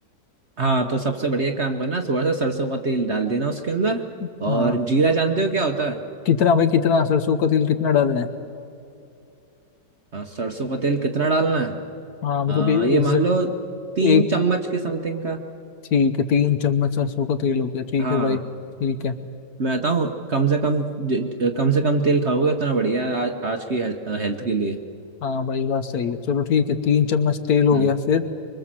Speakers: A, on the right (about 45°); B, on the left (about 60°).
A: हाँ तो सबसे बढ़िया काम करना थोड़ा सा सरसों का तेल डाल देना उसके अंदर
B: हाँ
A: और जीरा जानते हो क्या होता है
B: कितना भाई कितना सरसों का तेल कितना डालना है
A: हाँ, सरसों का तेल कितना डालना है
B: हाँ मतलब
A: आ,
B: ए-
A: ये
B: exact-
A: मान लो तीन
B: एक
A: चम्मच के समथिंग का
B: ठीक है तीन चम्मच सरसों का तेल हो गया ठीक
A: हाँ
B: है भाई ठीक है
A: मैं बताऊँ कम से कम ज, ज- कम से कम तेल खाओगे उतना बढ़िया है आज, आज की हेल्थ, हेल्थ के लिए
B: हाँ भाई बात सही है चलो ठीक है तीन चम्मच तेल हो
A: हम्म
B: गया फिर